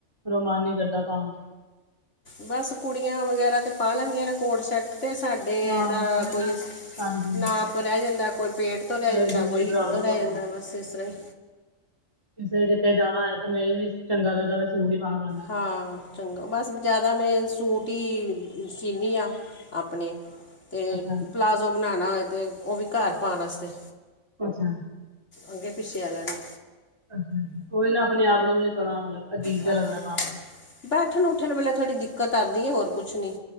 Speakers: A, on the right; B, on the left.
A: ਮਨ ਨ ਕਰਦਾ ਪਾਉਣ ਤੇ।
B: ਬਸ ਕੁੜੀਆਂ ਵਗੈਰਾ ਤੇ ਪਾ ਲੈਂਦੀਆਂ ਨੇ ਕੋਡ ਸੈਟ ਅਤੇ ਸਾਡੇ
A: ਹਾਂ
B: ਦਾ
A: ਉਹੀ
B: ਕੋਈ
A: ਨਾ ਹਾਂਜੀ
B: ਨਾਪ ਰਹਿ ਜਾਂਦਾ, ਕੋਈ ਪੇਟ ਤੋਂ ਰਹਿ
A: ਲੇਡੀਜ਼
B: ਜਾਂਦਾ, ਕੋਈ
A: ਲਈ
B: ਹਿੱਪ
A: ਪ੍ਰੋਬਲਮ
B: ਤੋਂ ਰਹਿ
A: ਹੋ
B: ਜਾਂਦਾ ਬਸ ਇਸ ਤਰ੍ਹਾਂ ਹੀ
A: ਤੇ ਕਿਤੇ ਜਾਣਾ ਤੇ ਨਹੀਂ ਵੀ ਚੰਗਾ ਲੱਗਦਾ, ਫੇਰ ਸੂਟ ਹੀ ਪਾਉਣਾ ਪੈਂਦਾ
B: ਹਾਂ ਚੰਗਾ, ਬਸ ਜ਼ਿਆਦਾ ਮੈਂ ਸੂਟ ਹੀ ਸੀਂਦੀ ਹਾਂ। ਆਪਣੇ, ਤੇ
A: ਅੱਛਾ
B: ਪਲਾਜ਼ੋ ਬਣਾਉਣਾ ਹੋਏ ਤੇ ਉਹ ਵੀ ਘਰ ਪਾਉਣ ਵਾਸਤੇ।
A: ਅੱਛਾ।
B: ਅੱਗੇ ਪਿੱਛੇ ਵਾਲਾ ਨੇ
A: ਅੱਛਾ, ਉਹੀ ਨਾ ਆਪਣੇ ਆਪ ਨੂੰ ਵੀ ਥੋੜਾ ਮਤਲਬ ਅਜੀਬ ਜਿਹਾ
B: ਹਾਂ
A: ਲਗਦਾ ਪਾਕੇ।
B: ਬੈਠਣ ਉੱਠਣ ਵੇਲੇ ਥੋੜ੍ਹੀ ਦਿੱਕਤ ਆਉਂਦੀ ਹੈ, ਹੋਰ ਕੁਛ ਨੀ।